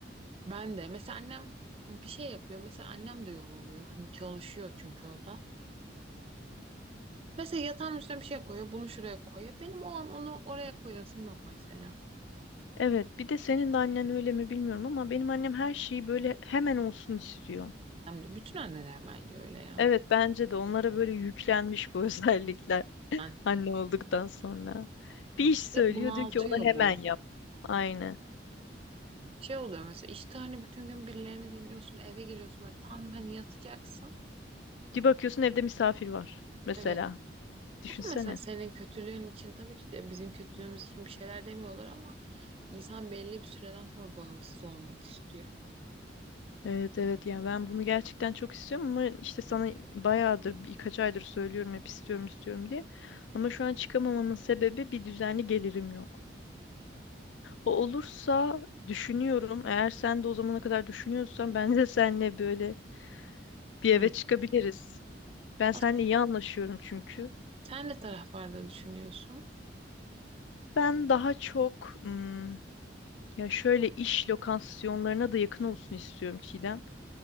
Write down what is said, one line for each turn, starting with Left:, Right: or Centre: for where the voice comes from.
Right: ben de mesela annem bir şey yapıyor. Mesela annem de yoruluyor. Hani çalışıyor çünkü o da. Mesela yatağın üstüne bir şey koyuyor, bunu şuraya koyuyor. Benim o an onu oraya koyasım yok mesela.
Left: Evet, bir de senin de annen öyle mi bilmiyorum ama benim annem her şeyi böyle hemen olsun istiyor.
Right: Hem de bütün anneler bence öyle ya.
Left: Evet, bence de onlara böyle yüklenmiş bu <laughs> özellikler
Right: Yani
Left: anne olduktan sonra. Bir iş söylüyor
Right: ve bunaltıyor
Left: diyor ki onu hemen
Right: bu.
Left: yap. Aynen.
Right: Şey oluyor mesela işte hani bütün gün birilerini dinliyorsun eve geliyorsun böyle tam hani yatacaksın.
Left: Bir bakıyorsun evde misafir var mesela.
Right: Evet.
Left: Düşünsene.
Right: O da mesela senin kötülüğün için tabii ki de bizim kötülüğümüz için bir şeyler demiyorlar ama insan belli bir süreden sonra bağımsız olmak istiyor.
Left: Evet evet yani ben bunu gerçekten çok istiyorum ama işte sana bayağıdır birkaç aydır söylüyorum hep istiyorum istiyorum diye. Ama şu an çıkamamamın sebebi bir düzenli gelirim yok. O olursa düşünüyorum eğer sen de o zamana kadar düşünüyorsan ben de seninle böyle bir
Right: Hmm.
Left: eve çıkabiliriz. Ben
Right: Aslında
Left: seninle iyi anlaşıyorum çünkü.
Right: sen de taraflarda düşünüyorsun.
Left: Ben daha çok ım, ya şöyle iş lokasyonlarına da yakın olsun istiyorum Çiğdem.